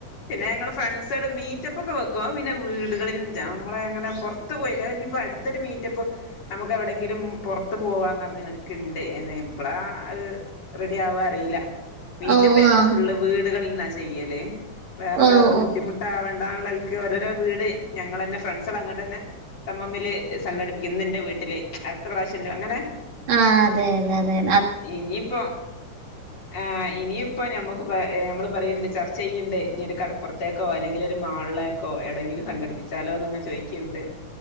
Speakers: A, on the left; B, on the right.
A: പിന്നെ ഞങ്ങള് ഫ്രൺസ്കള് മീറ്റ് റ്റപ്പ് ഒക്കെ വെക്കും അത് പിന്നെ വീടുകളിൽ നമ്മളെ അങ്ങനെ പൊറത്ത് പോയി അത് കഴിഞ്ഞാ അടുത്തൊരു മീറ്റപ്പ് നമുക്ക് എവിടെങ്കിലും പുറത്ത് പോവാന്ന്റിഞ്ഞ് നിക്കല് എപ്പളാ അത് റെഡി ആവാ അറീല്ല മീറ്റപ്പ്
B: ഓ
A: ഞങ്ങള്
B: ആഹ്
A: ഫുള്ള് വീടുകളിൽന്നാ ചെയ്യല് വേറൊരാക്ക്
B: ഓ ഓ
A: ബുദ്ധിമുട്ട് ദാവണ്ടാന്നൽക്ക് ഓരോരോവീട് ഞങ്ങളന്നെ ഫ്രണ്ട്സള് അങ്ങട്ട ന്നെ തമ്മമ്മില് സംഘടിപ്പിക്കും നിന്റെ വീട്ടില് അടുത്ത പ്രാവശ്യൻ്റെ അങ്ങനെ
B: ആഹ് അതെ അതെ അതതെ
A: ഇനിയിപ്പോ ആഹ് ഇനിയിപ്പോ ഞമ്മക്ക് പ നമ്മള് പറയ്ണ്ട് ചർച്ച ചെയ്യ്ണ്ട് ഇനി കട പ്പുറത്തേക്കോ അല്ലെങ്കിൽ ഒരു മാളിലേക്കോ എവിടേങ്കിലും സംഘടിപ്പിച്ചാലോന്ന്ങ്ങനെ ചോയിക്ക്ണ്ട്